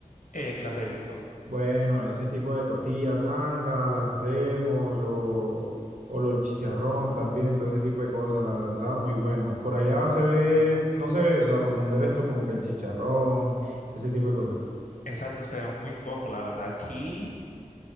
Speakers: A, on the left; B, on the right.
A: Eh, sí las he visto.
B: Bueno, ese tipo de costillas tan la- las hacemos o, o lo- el chicharrón también, todo ese tipo de cosas, la verdad, muy bueno. Por allá se ve, no se ve eso, ¿a por donde eres tú, como que el chicharrón, ese tipo de cosas.
A: Exacto, se ve muy poco, la verdad. Aquí